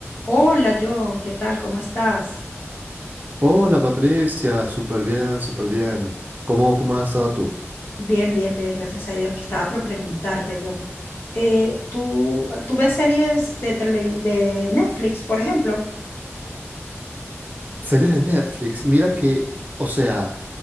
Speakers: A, on the left (about 50°); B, on the right (about 35°).
A: Hola John, ¿qué tal? ¿Cómo estás?
B: Hola Patricia, súper bien, súper bien. ¿Cómo, cómo has estado tú?
A: Bien, bien, bien, gracias a Dios que estaba por preguntarte, John. Eh, ¿tú, tú ves series de, tele- de Netflix, por ejemplo?
B: Series de Netflix, mira que, o sea,